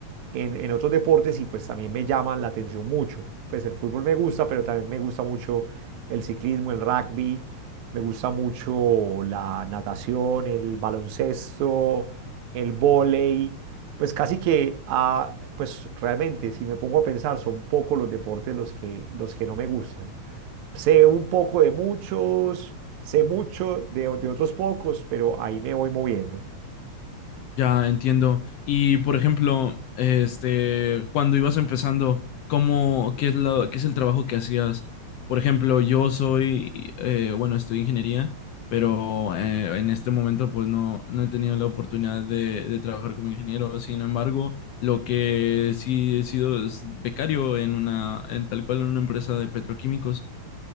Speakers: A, on the right; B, on the left.
A: en, en otros deportes y pues también me llaman la atención mucho. Pues el fútbol me gusta, pero también me gusta mucho el ciclismo, el rugby, me gusta mucho la natación, el baloncesto, el vóley. Pues casi que, ah, pues realmente, si me pongo a pensar, son pocos los deportes los que, los que no me gustan. Sé un poco de muchos, sé mucho de, o- de otros pocos, pero ahí me voy moviendo.
B: Ya entiendo. Y por ejemplo, este, cuando ibas empezando, ¿cómo, qué es lo, qué es el trabajo que hacías? Por ejemplo, yo soy, eh, bueno, estudio ingeniería, pero eh, en este momento pues no, no he tenido la oportunidad de, de trabajar como ingeniero. Sin embargo, lo que sí he sido es becario en una, en tal cual en una empresa de petroquímicos.